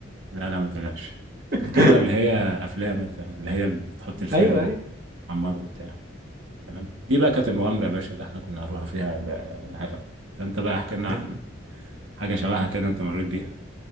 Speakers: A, on the right; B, on the right.
A: لا لا ما تقلقش
B: <laughs>
A: كانت كاميرا اللي هي افلام انت اللي هي اللي تحط الفيلم
B: ايوه ايوه
A: وتحمضه وبتاع تمام دي بقى كانت المغامرة يا باشا اللي احنا كنا هنروح فيها بهفا فانت بقى احكي لنا
B: ده
A: عن حاجة شبهها كده انت مريت بيها